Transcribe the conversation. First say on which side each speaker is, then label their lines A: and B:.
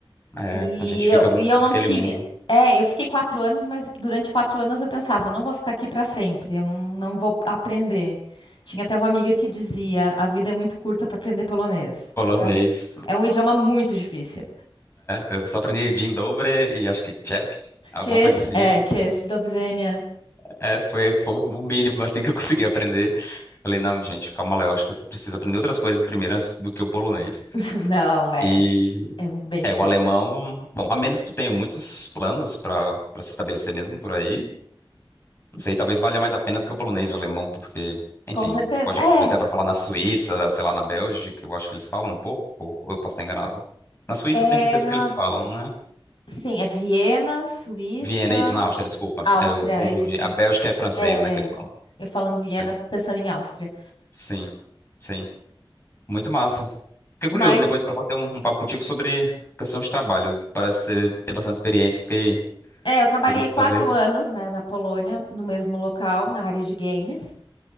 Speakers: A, on the left (about 25°); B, on the left (about 60°).
A: É,
B: e
A: a gente
B: eu,
A: fica muito
B: e eu
A: naquele
B: não tinha.
A: mundo.
B: É, eu fiquei quatro anos, mas durante quatro anos eu pensava, não vou ficar aqui para sempre, eu não, não vou aprender. Tinha até uma amiga que dizia, a vida é muito curta para aprender polonês.
A: Polonês.
B: É um, é um idioma muito difícil.
A: Eu só aprendi Dzień dobry e acho que chess alguma
B: Chess,
A: coisa assim.
B: é, Chess, Dovzenia.
A: É, foi, foi o mínimo assim que eu consegui aprender. Falei, não, gente, calma lá, eu acho que eu preciso aprender outras coisas primeiro antes do que o polonês.
B: <laughs> Não, é,
A: E
B: é bem difícil.
A: é o alemão, bom, a menos que tu tenha muitos planos para para se estabelecer mesmo por aí, não sei, talvez valha mais a pena do que o polonês e o alemão, porque, enfim,
B: Com certeza.
A: tu pode
B: É,
A: aproveitar para falar na Suíça, sei lá, na Bélgica, eu acho que eles falam um pouco, ou eu posso estar enganado. Na Suíça
B: é
A: eu tenho certeza
B: na,
A: que eles falam, né?
B: sim, é Viena, Suíça,
A: Viena, isso, na Áustria, desculpa.
B: Áustria,
A: É, Eu confundi.
B: é isso.
A: A Bélgica é francês,
B: É,
A: né, que eles
B: é.
A: falam.
B: Eu falando Viena,
A: Sim,
B: pensando em Áustria.
A: sim, sim. Muito massa. Fiquei
B: Mas,
A: curioso depois para bater um, um papo contigo sobre questão de trabalho. Parece ter ter bastante experiência, fiquei
B: é, eu trabalhei
A: curioso
B: quatro
A: de saber.
B: anos, né, na Polônia, no mesmo local, na área de games.